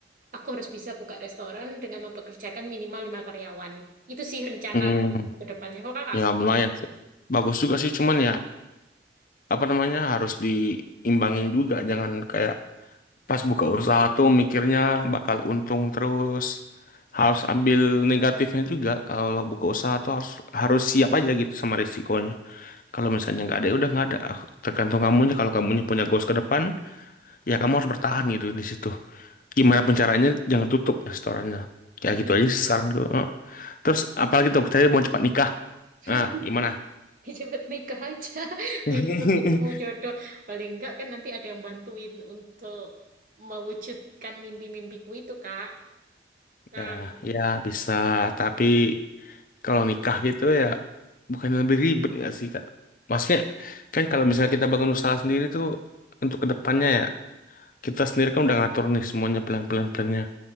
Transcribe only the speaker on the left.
hmm.
Ya lumayan sih. Bagus juga sih, cuman ya apa namanya harus diimbangin juga. Jangan kayak pas buka usaha tuh mikirnya bakal untung terus. Harus ambil negatifnya juga. Kalau buka usaha tuh harus harus siap aja gitu sama risikonya. Kalau misalnya nggak ada, ya udah nggak ada. Ah, Tergantung kamunya. Kalau kamunya punya goals ke depan, ya kamu harus bertahan gitu di situ. Gimana pun caranya, jangan tutup restorannya. Ya
gitu aja sih saran gue. Heeh. Terus apalagi tuh, saya mau cepat nikah.
Nah, gimana?
<laughs>
Ya, ya bisa. Tapi kalau nikah gitu ya, bukan lebih ribet nggak sih, Kak? Maksudnya, kan kalau misalnya kita bangun usaha sendiri tuh, untuk kedepannya ya, kita sendiri kan udah ngatur nih semuanya pelan-pelan-pelannya.